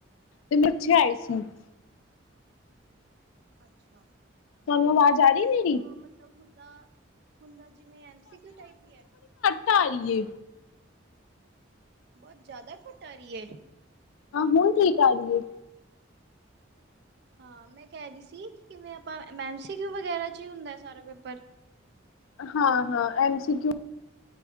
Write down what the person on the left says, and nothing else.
ਤੇ ਮਿਰਥੇ
ਆਏ ਸੀ। <unintelligible>
ਤੁਹਾਨੂੰ ਆਵਾਜ਼ ਆ ਰਹੀ
ਮੇਰੀ।
ਟਾਰੀਏ <unintelligible>
ਹਾਂ, ਹੁਣ ਕੀਕ ਆ ਰਹੀ ਏ।
ਹਾਂ- ਹਾਂ ਐਮ ਸੀਕੂ।